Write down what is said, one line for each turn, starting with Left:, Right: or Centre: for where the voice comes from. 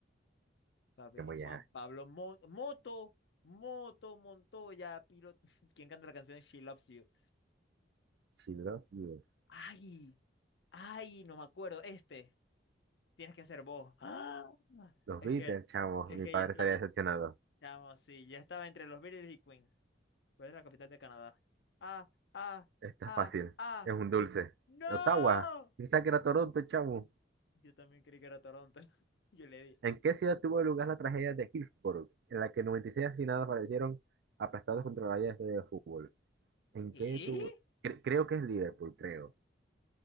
Left: Papi,
Right: Que muy
Left: Juan
Right: ajá.
Left: Pablo Mo- Moto, Moto, Montoya, piloto. <laughs> ¿Quién canta la canción She Loves You?
Right: She love you.
Left: Ay, ay, no me acuerdo. Este, tienes que ser vos. ¡Ah!
Right: Los
Left: Es
Right: Beatles,
Left: que,
Right: chamo.
Left: es
Right: Mi
Left: que
Right: padre
Left: ya estaba,
Right: estaría decepcionado.
Left: chamo, sí, ya estaba entre los Beatles y Queen. ¿Cuál es la capital de Canadá? Ah, ah,
Right: Esto
Left: ah,
Right: es fácil.
Left: ah.
Right: Es un dulce.
Left: ¡No!
Right: Ottawa. Pensaba que era Toronto, chamo.
Left: Yo también creí que era Toronto. <laughs> Yo le di.
Right: ¿En qué ciudad tuvo lugar la tragedia de Hillsborough, en la que 96 asesinados fallecieron aplastados contra vallas de fútbol? ¿En
Left: ¿Qué?
Right: qué tuvo? cre- creo que es Liverpool, creo.